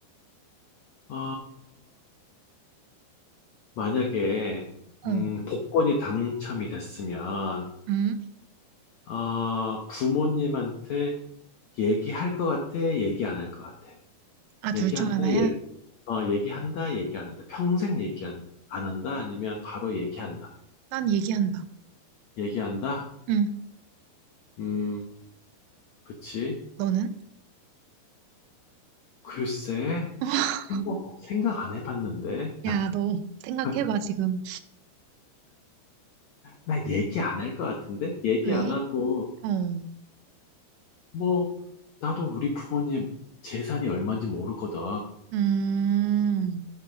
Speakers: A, on the left; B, on the right.
A: 어, 만약에, 음,
B: 어,
A: 복권이 당첨이 됐으면,
B: 응.
A: 어, 부모님한테 얘기할 것 같아? 얘기 안 할 것 같아?
B: 아, 둘
A: 얘기한다?
B: 중 하나야?
A: 어, 얘기한다, 얘기 안 한다. 평생 얘기 안, 안 한다? 아니면 바로 얘기한다.
B: 난 얘기한다.
A: 얘기한다?
B: 응,
A: 음, 그치.
B: 너는?
A: 글쎄,
B: <laughs>
A: 생각, 생각 안 해봤는데. <laughs>
B: 야, 너 생각해봐, 지금.
A: 나 얘기 안할 것 같은데? 얘기
B: 왜?
A: 안 하고,
B: 어.
A: 뭐, 나도 우리 부모님 재산이 얼마인지 모르거든.
B: 음.